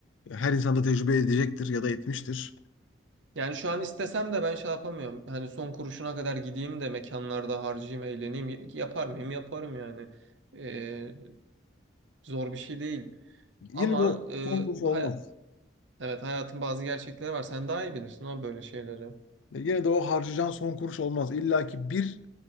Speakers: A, on the left (about 85°); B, on the right (about 75°).
A: Her insan da tecrübe edecektir ya da etmiştir.
B: Yani şu an istesem de ben şey yapamıyorum. Hani son kuruşuna kadar gideyim de mekanlarda harcayayım, eğleneyim. Y- Yapar mıyım? Yaparım yani. E, zor bir şey değil. Ama
A: Yine de o
B: e,
A: son kuruş olmaz.
B: hay- evet hayatın bazı gerçekleri var. Sen daha iyi bilirsin abi böyle şeyleri.
A: E, Yine de o harcayacağın son kuruş olmaz. İlla ki bir